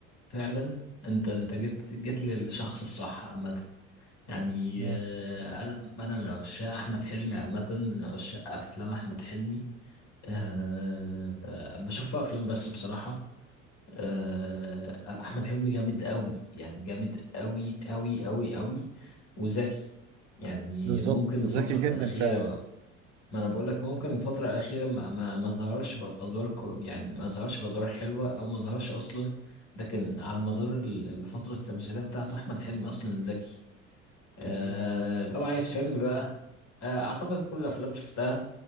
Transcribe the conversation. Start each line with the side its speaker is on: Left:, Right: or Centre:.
Left: فعلا انت انت جيت جيت للشخص الصح عامة يعني
Right: مم.
Left: آه، انا انا من عشاق احمد حلمي عامة من عشاق افلام احمد حلمي أه آه، بشوف افلام بس بصراحة أه احمد حلمي جامد قوي يعني جامد قوي قوي قوي قوي وذكي يعني
Right: بالظبط
Left: ممكن الفترة
Right: ذكي جدا
Left: الأخيرة
Right: فعلا
Left: ما انا بقول لك ممكن الفترة الأخيرة ما ما ما ظهرش بأدوار كو يعني ما ظهرش بأدوار حلوة أو ما ظهرش أصلا لكن على مدار ال- الفترة التمثيلية بتاعته أحمد حلمي أصلا ذكي أه
Right: بالظبط
Left: لو عايز فيلم بقى أه أعتقد كل الأفلام شفتها